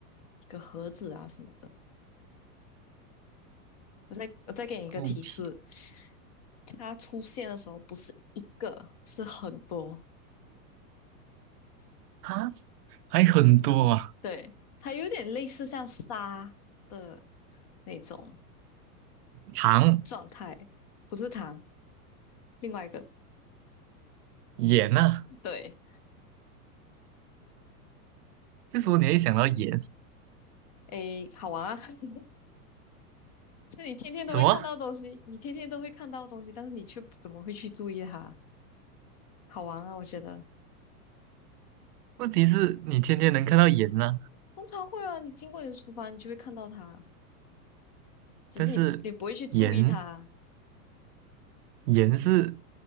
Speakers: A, on the left; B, on the right.
A: 一个盒子啊什么的。我再我再给你一个提示，
B: 固体
A: 它出现的时候不是一个，是很多。
B: 啊，还很多啊，
A: 对，它有点类似像沙的那种
B: 糖、
A: 状态，不是糖，另外一个。
B: 盐啊，
A: 对，
B: 为什么你会想到盐？
A: 诶，好玩啊！<laughs> 是你天天都会看到的东西，
B: 什么？
A: 你天天都会看到的东西，但是你却不怎么会去注意它，好玩啊！我觉得
B: 问题是你天天能看到盐呢、
A: 通常会啊，你经过你的厨房，你就会看到它，只是你你不会去注意它。
B: 但是盐盐是